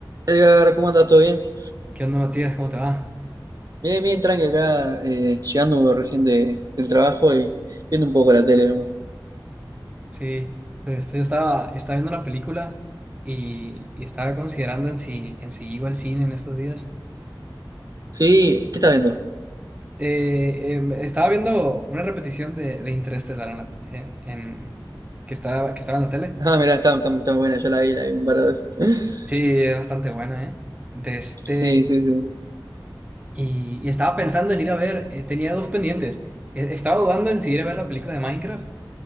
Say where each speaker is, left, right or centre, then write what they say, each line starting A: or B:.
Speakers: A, on the right (about 50°); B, on the right (about 15°).
A: Edgar, ¿cómo andas? ¿Todo bien?
B: ¿Qué onda, Matías? ¿Cómo te va?
A: Bien, bien, tranqui acá, eh, llegando recién de- del trabajo y viendo un poco la tele nomás.
B: Sí, entonces yo estaba, estaba viendo una película y, y estaba considerando en si, en si iba al cine en estos días.
A: Sí, ¿qué estás viendo? <laughs>
B: Eh, em, estaba viendo una repetición de, de Interestelar en la- en- en- que estaba, que estaba en la tele.
A: Ah, mirá, está, está, está buena, yo la vi, la vi un par de veces. <laughs>
B: Sí, es bastante buena, ¿eh? De este,
A: Sí, sí, sí. <laughs>
B: y, y estaba pensando en ir a ver, eh, tenía dos pendientes. Eh, estaba dudando en si ir a ver la película de Minecraft,